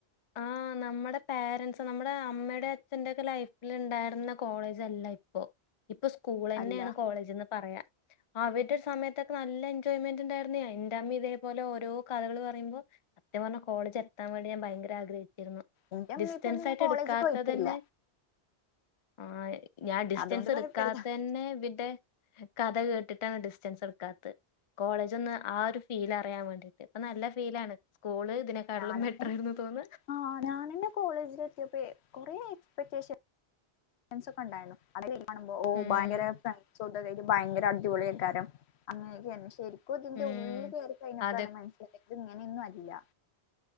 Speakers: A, on the left; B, on the left.
A: ആ നമ്മുടെ പോരൻറ്സ് നമ്മ നടെ അമ്മയുടെ അച്ഛന്റെക്കെ ലൈഫിൽ ഉണ്ടായിരുന്ന കോളേജ്ല്ല ഇപ്പൊ ഇപ്പൊ സ്കൂൾ തന്നെയാണ്
B: അല്ല
A: കോളേജ്ന്ന് പറയാം അവരുടെ സമയത്തൊക്കെ നല്ല എൻജോയ്മെന്റ് ഉണ്ടായിരുന്ന എൻന്റെറ അമ്മി ഇതേപോലെ ഓരോ കഥകള് പറയുമ്പോൾ സത്ം പറഞ്ഞാ കോളേജ് എത്തൻ വേണ്ടി ഞാ ഭയങ്കര ആഗ്രഹിച്ചു
B: എന്റെ ഉമ്മീം
A: ഡിസ്റ്റൻസ്
B: ഇപ്പീം പിന്നെ
A: ആയിട്ട്
B: കോളേജ്ക്ക്
A: എടുക്കാത്ത
B: പോയിട്ടില്ല
A: തന്നെ ആ ഞാൻ ഡിസ്റ്റൻസ്
B: അതുകൊണ്ട്
A: എടുക്കാത്ത
B: കുഴപ്പല്ല
A: തന്നെ ഇന്റെ കഥ കേട്ടിട്ടാണ് ഡിസ്റ്റൻസ് എടുക്കാത്ത കോളേജ് ഒന്ന് ആ ഒരു ഫീൽ അറിയാൻ വേണ്ടീട്ട് ഇപ്പൊ നല്ല ഫീലണ് സ്കൂള് ഇതിനെക്കാട്ടിലും
B: ഞാനെ
A: ബെറ്ററായിരുന്നു തോന്നാ.
B: ആ ഞാന എന്റെ കോളേജിൽ എത്തിയപ്പോ കുറെ എക്സ്പെക്േഷൻ ഒക്കെ ഉണ്ടായി അ കാണുമ്പോ ഓ
A: ഉം
B: ഭയങ്കര ഫ്ര ചദ കട്ട് ഭയങ്കര അടിപൊളി ആൾക്കാരം അങ്ങനെയൊക്കെ തന്നെ ശരിക്കും ഇ ഇതിന്റെ
A: ഉം
B: ഉള്ളിൽ കയറി കഴിഞ്ഞപ്പോഴല്ല
A: അതെ
B: മനസ്സിലാക്കത് ഇങ്ങനെയൊന്നും അല്ല